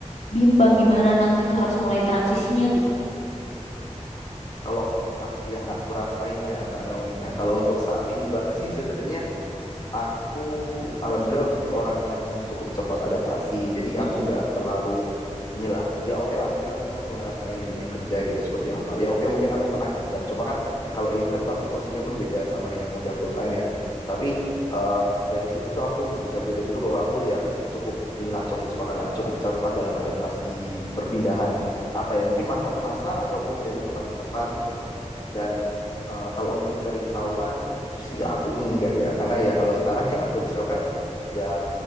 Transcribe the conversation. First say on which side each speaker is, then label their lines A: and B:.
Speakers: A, on the left (about 65°); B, on the left (about 30°).
A: bimbang gimana nanti tuh harus mulai transisinya gitu?
B: kalau ak- yang aku rasain ya kak Naomi ya kalau untuk saat ini banget sih sebenarnya Aku alhamdulillah orang yang cukup cepat adaptasi. Jadi aku
A: Mm-mm.
B: nggak terlalu inilah. Ya oke lah, mungkin aku memang belum ngerasain di dunia kerja gitu seperti apa. Ya oke, mungkin aku pernah intern. Cuma kan kalau intern pasti posisinya pun beda sama yang udah full time ya. Tapi eh, dari situ tuh aku bisa belajar juga bahwa aku ya cukup inilah cukup cepat cukup cepat dalam adaptasi perpindahan apa ya mungkin masa ke masa ataupun dari tempat ke tempat gitulah. Dan Eh, kalau untuk kerisauan sih aku enggak ya, karena ya kalau sekarang <laughs> ya aku risaukan ya